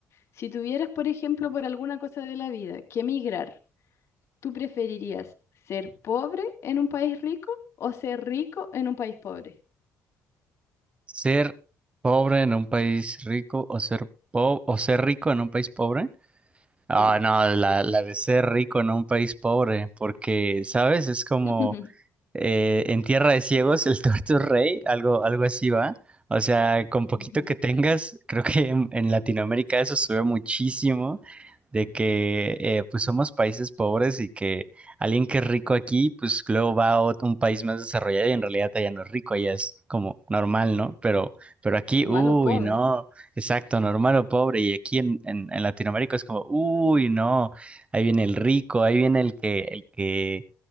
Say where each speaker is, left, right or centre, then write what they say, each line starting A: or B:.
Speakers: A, on the left (about 50°); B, on the right (about 20°).
A: Si tuvieras, por ejemplo, por alguna cosa de la vida que emigrar, ¿tú preferirías ser pobre en un país rico o ser rico en un país pobre?
B: Ser pobre en un país rico o ser po- o ser rico en un país pobre. Ah,
A: Sí.
B: no, la, la de ser rico en un país pobre, porque, ¿sabes? Es como
A: <laughs>
B: eh, en Tierra de Ciegos, el tuerto es rey, algo, algo así va. O sea, con poquito
A: Ujú.
B: que tengas, creo que en, en Latinoamérica eso se ve muchísimo, de que eh, pues somos países pobres y que alguien que es rico aquí, pues luego va a otro- un país más desarrollado y en realidad allá no es rico, allá es como normal, ¿no? Pero, pero aquí,
A: normal
B: uy,
A: o pobre.
B: no, exacto, normal o pobre. Y aquí en, en en Latinoamérica es como, uy, no, ahí viene el rico, ahí viene el que, el que